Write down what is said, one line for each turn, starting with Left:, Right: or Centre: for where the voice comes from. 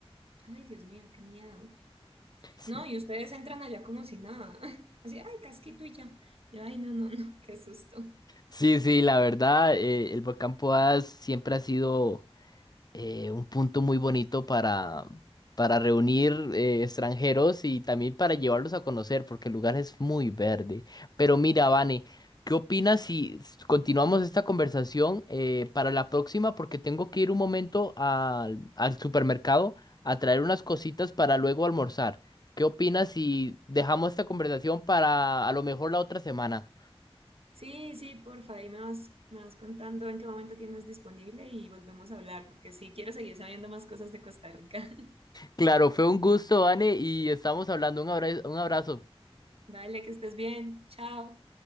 Right: Ay, Dios mío, qué miedo.
Left: Sí,
Right: No, y ustedes entran allá como si nada. <laughs> Así, ay, casquito y ya. Yo, ay, no, no, no, qué susto.
Left: sí, sí, la verdad, eh, el volcán Poás siempre ha sido eh, un punto muy bonito para, para reunir eh, extranjeros y también para llevarlos a conocer, porque el lugar es muy verde. Pero mira, Vane, ¿qué opinas si s- continuamos esta conversación eh, para la próxima? Porque tengo que ir un momento al, al supermercado a traer unas cositas para luego almorzar. ¿Qué opinas si dejamos esta conversación para a lo mejor la otra semana?
Right: Sí, sí, porfa, ahí me vas, me vas contando en qué momento tienes disponible y volvemos a hablar, porque sí, quiero seguir sabiendo más cosas de Costa Rica. <laughs>
Left: Claro, fue un gusto, Vane, y estamos hablando. Un abrazo, un abrazo.
Right: Vale, que estés bien. Chao.